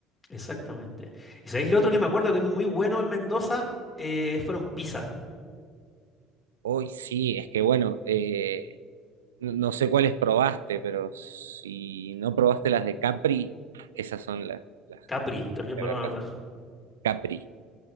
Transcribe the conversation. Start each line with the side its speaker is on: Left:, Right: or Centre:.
Left: exactamente. ¿Y sabéis lo otro que me acuerdo que es muy bueno en Mendoza? Eh, fueron pizzas.
Right: Hoy sí, es que bueno, eh, no no sé cuáles probaste, pero si no probaste las de Capri, esas son las, las
Left: Capri, también
Right: de
Left: me
Right: verdad,
Left: lo van a anotar.
Right: Capri.